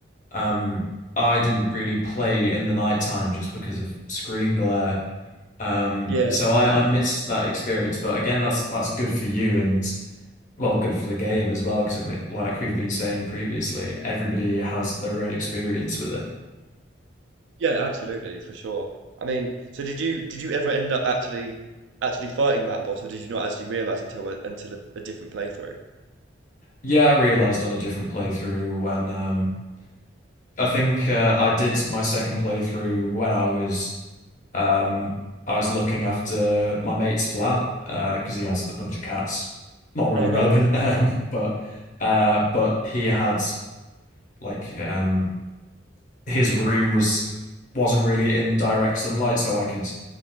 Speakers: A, on the left; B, on the right.
A: um, I didn't really play in the night time just because of screen glare. Um,
B: Yeah.
A: so I I missed that experience. But again, that's that's good for you and. well, good for the game as well, because it, ma- like we've been saying previously, everybody has their own experience with it.
B: Yeah, absolutely, for sure. I mean, so did you did you ever end up actually actually fighting that boss, or did you not actually realize until a, until a, a different playthrough?
A: Yeah, I realized on a different playthrough when um I think uh, I did my second playthrough when I was um I was looking after my mate's flat uh because he has a bunch of cats. Not really
B: Oh,
A: relevant,
B: nice.
A: <laughs> um, but uh but he had like um his room was wasn't really in direct sunlight, so I could